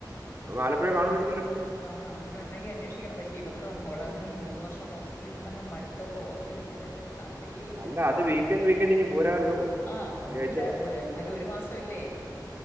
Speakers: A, on the right (about 30°); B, on the left (about 30°).
A: അപ്പൊ ആലപ്പുഴ കാണുമായിരിക്കുമല്ലോ അപ്പം?
B: കാ അങ്ങനെ ഉണ്ടെങ്കി അന്വേഷിക്കണം പക്ഷെ ഇ അവളാന്നെങ്കി മൂന്ന് വർഷം ഹോസ്റ്റലിൽ നിന്നങ്ങ് മട്ത്തവക്ക് ഹോസ്‌റ്റ്‌ലി നിക്ക്ന്നയ്നോട് താല്പര്യേ ഇല്ല
A: അല്ല അത് വീക്കെൻഡ് വീക്കെൻഡ് ഇങ്ങ് പോരാല്ലോ.
B: ആ
A: വെള്ളിയാഴ്ച
B: ഒണ്ട് എന്നാലും ഒരു മാസംല്ലേ